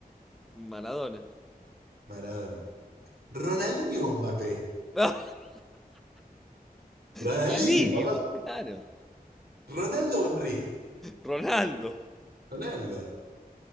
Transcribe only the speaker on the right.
Maradona. ¿Ronaldinho o Mbappé?
Ronaldinho,
papá.
¿Ronaldo o Henry?
Ronaldo.